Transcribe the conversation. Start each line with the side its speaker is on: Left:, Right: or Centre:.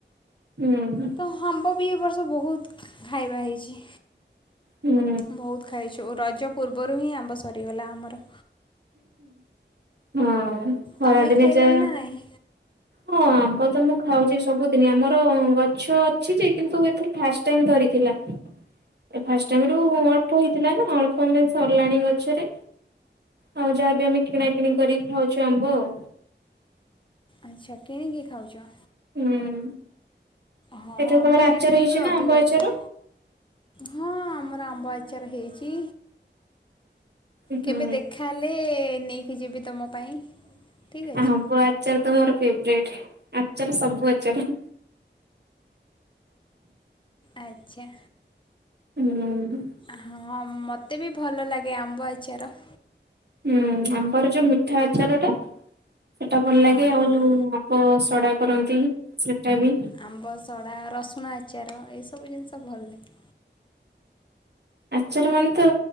Right: ହୁଁ ହୁଁ।
Left: ତ ଆମ୍ବ ବି ଏବ ବର୍ଷ ବହୁତ୍ ଖାଇବା ହେଇଛି।
Right: ହୁଁ
Left: ବହୁତ ଖାଇଛୁ ରଜ ପୂର୍ବରୁ ହିଁ ଆମ୍ବ ସରିଗଲା ଆମର।
Right: ହଁ ଖରାଦିନଚ।
Left: ତମେ ଖାଇଲଣି ନା ନାହିଁ
Right: ହଁ ଆମ୍ବ ତ ମୁଁ ଖାଉଛି ସବୁଦିନ ଆମର ଗଛ ଅଛି ଯେ କିନ୍ତୁ ଏଥିରେ। ଫାଷ୍ଟ ଟାଇମ୍ ଧରିଥିଲା। ଏ ଫାଷ୍ଟ ଟାଇମ ରୁ ଅଳ୍ପ ହେଇଥିଲା ନା ଅଳ୍ପ ଆମେ ସରିଲାଣି ଗଛରେ। ଆଉ ଯାହାବି ଆମେ କିଣା କିିଣି କରିକି ଖାଉଛୁ ଆମ୍ବ ଆଉ।
Left: ଆଚ୍ଛା କିଣିକି ଖାଉଛ?
Right: ହୁଁ
Left: ହଁ
Right: ଏଥର
Left: ଆମ୍ବ
Right: ତମର
Left: ରେଟ୍
Right: ଆଚାର
Left: ବି
Right: ହେଇଛି
Left: ଏବେ
Right: ନା
Left: ଅଧିକ
Right: ଆମ୍ବ ଆଚାର?
Left: ଅଛି। ହଁ ଆମର ଆମ୍ବ ଆଚାର ହେଇଛି।
Right: ହୁଁ
Left: କେବେ ଦେଖାହଲେ ନେଇକି ଯିବି ତମ ପାଇଁ ଠିକ୍ ଅଛି
Right: ଆମ୍ବ ଆଚାର ତ ମୋର ଫେବରଟ ଆଚାର ସବୁ ଆଚାର।
Left: ଆଚ୍ଛା।
Right: ହୁଁ
Left: ହଁ ମତେ ବି ଭଲ ଲାଗେ ଆମ୍ବ ଆଚାର।
Right: ହୁଁ ଆମ୍ୱର ଯୋଉ ମିଠା ଆଚାର ଟା। ସେଟା ଭଲ
Left: ହଁ
Right: ଲାଗେ ଆଉ
Left: ହଁ
Right: ଯୋଉ ଆମ୍ବ ସଡା କରନ୍ତି ସେଟା ବି।
Left: ଆମ୍ବ ସଡ଼ା ରସୁଣ ଆଚାର ଏସବୁ ଜିନିଷ ଭଲ ଲାଗେ।
Right: ଆଚାର ମାନେ ତ